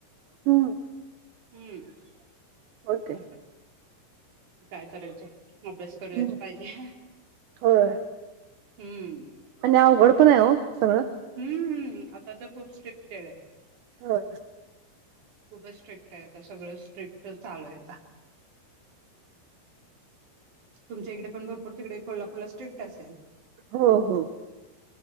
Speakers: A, on the right; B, on the right.
A: हम्म.
B: हम्म
A: ओके
B: असं, काय कयचं? अभ्यास करायच
A: हम्म
B: पाहिजे.
A: होय.
B: हम्म.
A: आणि अवघड पण आहे हो सगळं.
B: हम्म आता तर खूप स्ट्रिक्ट केलय.
A: हो
B: खूपच स्ट्रिक्ट आहे. आता सगळं स्ट्रिक्टच झालंय आता. तुमच्या इकडे पण भरपूर तिकडे कोल्हापूरला स्ट्रिक्ट असेल?
A: हो हो.